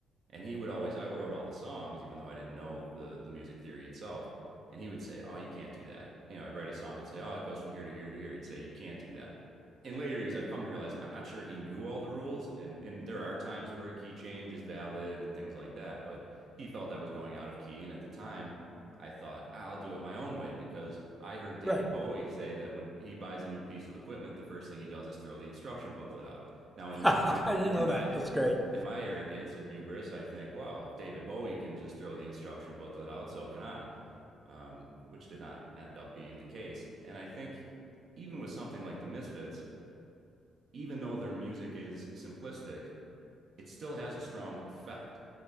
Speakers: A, on the right (about 55°); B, in the centre.
A: And he would always, I wrote all the songs, even though I didn't know the the music theory itself. And he would say, "Oh, you can't do that." You know, I'd write a song and say, "Oh, it goes from here to here to here." He'd say, "You can't do that." In later years, I've come to realize I'm not sure he knew all the rules, and and there are times where a key change is valid and things like that. But he felt I was going out of key, and at the time, I thought I'll do it my own way because I heard David
B: right?
A: Bowie say that when he buys a new piece of equipment, the first thing he does is throw the instruction booklet out. Now,
B: <laughs>
A: in my
B: I
A: hu-
B: didn't
A: in
B: know
A: my
B: that. That's great.
A: in my arrogance or hubris, I think, well, if David Bowie can just throw the instruction booklet out, so can I, um, which did not end up being the case. And I think even with something like the Misfits, even though their music is simplistic, it still has a strong effect